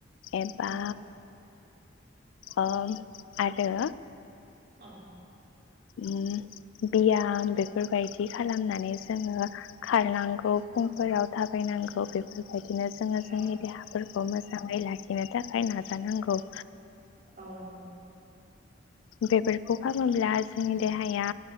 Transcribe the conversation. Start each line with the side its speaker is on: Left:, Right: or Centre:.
Left: एबा।
Right: औ
Left: अ आरो।
Right: औ।
Left: उम बियाम बेफोरबायदि खालामनानै जोङो खारनांगौ फुंफोराव थाबायनांगौ बेफोरबा यदिनो जोङो जोंनि
Right: औ
Left: देहाफोरखौ मोजाङै लाखि- नो थाखाय नाजानांगौ।
Right: औ नंगौ।
Left: बेफोरखौ खालामोब्ला जोंनि देहाया।